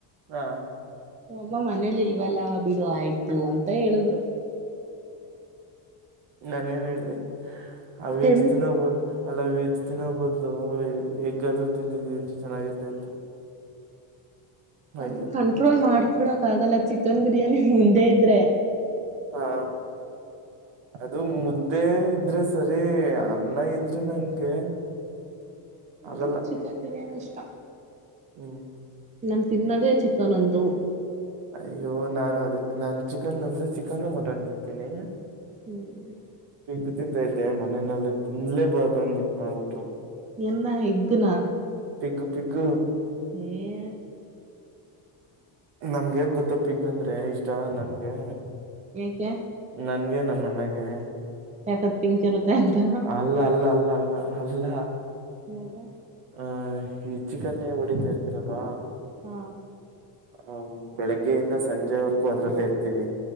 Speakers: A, on the right; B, on the right.
A: ಹಾ
B: ಅಮ್ಮ ಮನೇಲ್ ಇಲ್ವಲ್ಲ ಬಿಡು ಆಯ್ತು ಅಂತ ಹೇಳಿದ್ರು.
A: ನಾನೇನ್ ಹೇಳ್ಳಿ, ಆ ವೆಜ್ಜ್
B: ತೆಮ್
A: ತಿನ್ನೊಬೊದ್ ಅಲ್ಲ ವೆಜ್ ತಿನ್ನೋ ಬೊದ್ಲು, ಹೆಗ್ಗಾದ್ರೂ ತಿಂದಿದಿದ್ರೆ ಚೆನ್ನಾಗಿರ್ತಾ ಇತ್ತು ಅಯ್ಯೋ
B: ಅದು ಕಂಟ್ರೋಲ್ ಮಾಡ್ಕೊಳಕ್ ಆಗಲ್ಲ ಚಿಕನ್ ಬಿರ್ಯಾನಿ ಮುಂದೆ ಇದ್ರೆ
A: ಹಾ ಅದು ಮುದ್ದೆ ಇದ್ರೆ ಸರಿ, ಅನ್ನ ಇದ್ರೆ ನಂಗೆ ಹಾಗಲ್ಲ.
B: ನಂಗೆ ಚಿಕನ್ ಬಿರಿಯಾನಿ ಇಷ್ಟ
A: ಹ್ಮ್
B: ನಾನ್ ತಿನ್ನೊದೇ ಚಿಕನ್ ಒಂದು.
A: ಅಯ್ಯೋ ನಾನು ಅದೇ, ನಾನ್ ಚಿಕನ್ ಅಂದ್ರೆ ಚಿಕನ್ನು ಮಟನ್ ತಿಂತೀನಿ.
B: ಹ್ಮ್
A: ಪಿಗ್ ತಿಂತ ಇದ್ದೆ ಮನೆನಲ್ಲಿ ತಿನ್ಲೇಬಾರ್ದು ಅನ್ಬಿಟ್ ಮಾಡ್ಬಿಟ್ರು
B: ಏನ್ನ ಹೆಗ್ಗ್ ನಾ?
A: ಪಿಗ್ಗ್ ಪಿಗ್ಗು
B: ಏ
A: ನಮ್ಗೆಗ್ ಗೊತ್ತ ಪ್ಪಿಗಂದ್ರೆ ಇಷ್ಟ ನನ್ಗೆ.
B: ಏಕ್ಕೆ
A: ನನ್ಗೆ ನಮ್ಮಣ್ಣಗೆ
B: ಯಾಕದ್ ಪಿಂಕ್ ಇರುತ್ತೆ ಅಂತಾನ
A: ಅಲ್ಲ ಅಲ್ಲ ಅಲ್ಲ ಅಲ್ಲ ಅಲ್ಲಾ
B: ಮತ್ತೆ
A: ಆಹ ಈ ಚಿಕನ್ನೇ ಹೊಡಿತಾ ಇರ್ತಿರಲ್ವಾ.
B: ಹಾ
A: ಹ ಬೆಳಿಗ್ಗೆಯಿಂದ ಸಂಜೆವರೆಗೂ ಅದ್ರಲ್ಲೇ ಇರ್ತೀವಿ.